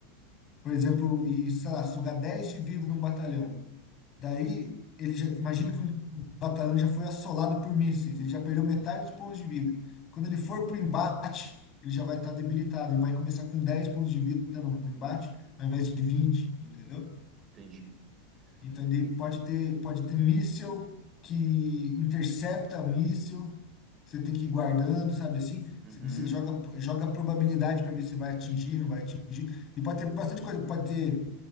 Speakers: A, on the left (about 35°); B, on the right (about 30°).
A: por exemplo, e, sei lá, sugar 10 de vida de um batalhão. Daí, ele já, imagina que um batalhão já foi assolado por mísseis, ele já perdeu metade dos pontos de vida. Quando ele for para o embate, ele já vai estar debilitado e vai começar com 10 pontos de vida no, no embate, ao invés de 20, entendeu?
B: Entendi.
A: Então,
B: Ente-
A: ele pode ter, pode ter míssil que intercepta o míssil. Você tem que ir guardando, sabe assim?
B: Uhum.
A: Você você joga, joga a probabilidade para ver se vai atingir, não vai atingir. E pode ter bastante coisa. Pode ter